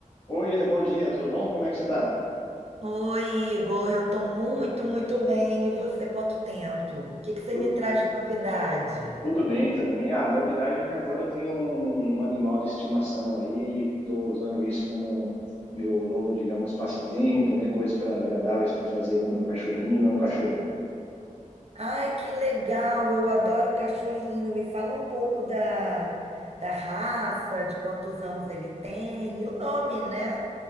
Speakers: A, on the left (about 45°); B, on the right (about 50°).
A: Oi, Eda, bom dia, tudo bom? Como é que você tá?
B: Oi, Igor, eu tô muito, muito bem. E você, quanto tempo? O que que você
A: Tudo,
B: me traz de novidade?
A: tudo bem também. Ah, a novidade é que agora eu tenho um, um animal de estimação aí, estou usando isso como meu novo, digamos, passatempo, né? Coisas pra, agradáveis para fazer com meu cachorrinho. É um cachorro.
B: Ai, que legal! Eu adoro cachorrinho. Me fala um pouco da, da raça, de quantos anos ele tem e o nome, né?